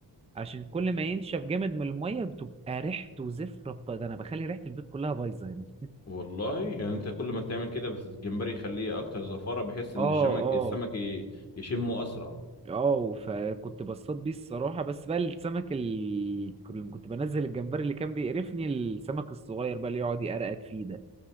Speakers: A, on the right; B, on the left.
A: عشان كل ما ينشف جامد من الميه بتبقى ريحته زفره بط- ده انا بخلي ريحه البيت كلها بايظه هنا
B: والله يعني انت كل ما تعمل كده بس الجمبري يخليه اكتر زفاره بحيث ان
A: اه
B: الشمك
A: اه
B: السمك ي- يشمه اسرع
A: اه فكنت بصطاد بيه الصراحة بس بقى السمك ال... لما كنت بنزل الجمبري اللي كان بيقرفني السمك الصغير بقى اللي يقعد يقرقد فيه ده